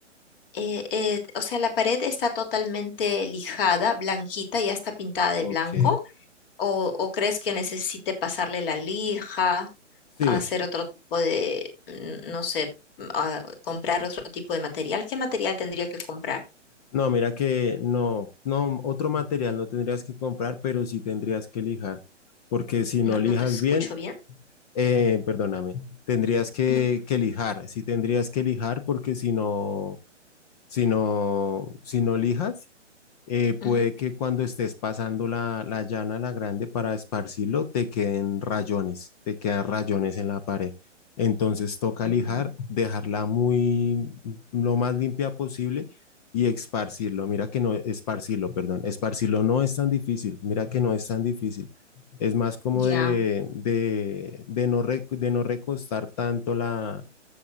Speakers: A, on the left; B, on the left.
A: Eh, eh, o sea, la pared está totalmente lijada, blanquita, ya está pintada de
B: Ok.
A: blanco. ¿O, o crees que necesite pasarle la lija,
B: Sí,
A: hacer otro tipo de, mm, no sé, mm, ah, comprar otro tipo de material? ¿Qué material tendría que comprar?
B: No, mira que no, no, otro material no tendrías que comprar, pero sí tendrías que lijar, porque si no
A: No,
B: lijas
A: no te escucho
B: bien,
A: bien.
B: eh, perdóname, tendrías que,
A: Ujú,
B: que lijar, sí tendrías que lijar, porque si no, si no, si no lijas, eh, puede
A: ujú,
B: que cuando estés pasando la, la llana, la grande, para esparcirlo, te queden rayones, te quedan rayones en la pared. Entonces toca
A: ujú.
B: lijar, dejarla muy, lo más limpia posible y esparcirlo. Mira que no, esparcirlo, perdón, esparcirlo no es tan difícil, mira que no es tan difícil. Es más como
A: Ya.
B: de, de, de no, rec- de no recostar tanto la,